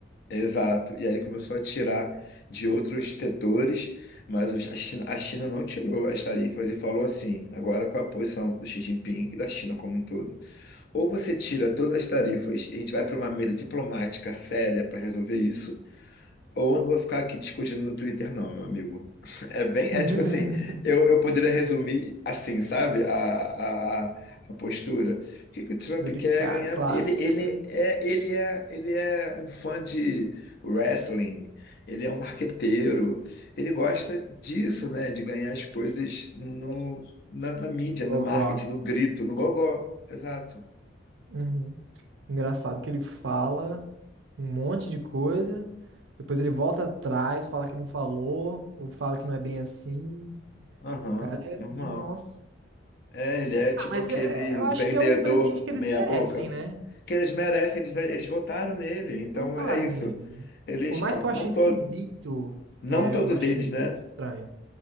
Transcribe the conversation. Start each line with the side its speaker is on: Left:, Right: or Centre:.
Left: exato, e aí ele começou a tirar de outros setores. Mas os- a China, a China não tirou as tarifas e falou assim, agora qual é a posição do Xi Jinping e da China como um todo? Ou você tira todas as tarifas e a gente vai para uma mesa diplomática séria para resolver isso, ou eu não vou ficar aqui discutindo no Twitter, não, meu amigo. <laughs> É bem, é
Right: <laughs>
Left: tipo assim, eu, eu poderia resumir assim, sabe? A, a, a a postura. O que que o Trump
Right: Delicado,
Left: quer ganhar?
Right: clássico.
Left: Ele, ele é, ele é, ele é um fã de wrestling, ele é um marqueteiro, ele gosta disso, né? De ganhar as coisas no, na, na mídia,
Right: Gogó.
Left: no marketing, no grito, no gogó. Exato.
Right: Uhum. Engraçado que ele fala um monte de coisa, depois ele volta atrás, fala que não falou, ou fala que não é bem assim.
Left: Aham,
Right: É-
Left: normal.
Right: Nossa.
Left: É, ele é tipo
Right: Mas
Left: aquele
Right: é- eu
Left: vendedor
Right: acho que é o presidente que eles
Left: meia-boca.
Right: merecem, né?
Left: Que eles merecem, eles, eles votaram nele,
Right: Eles
Left: então
Right: votaram
Left: é isso.
Right: nele, né?
Left: Eles,
Right: Por mais
Left: ah,
Right: que eu
Left: não,
Right: ache esquisito,
Left: to, não
Right: é,
Left: todos
Right: eu acho
Left: eles,
Right: muito
Left: né?
Right: estranho.